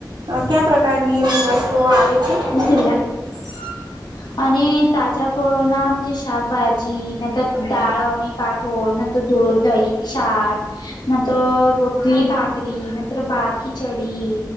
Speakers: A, on the right (about 70°); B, on the left (about 65°).
A: કયા પ્રકારની વસ્તુઓ આવે છે.
B: <unintelligible> <inaudible> અને તાજા ફોળનાજ શાકભાજી નંતર દાળ અને કાટ ઢોલ નંતર દૂધ દહી છાસ ન તો રોટલી ભાકરી નંતર ભાત ખિચડી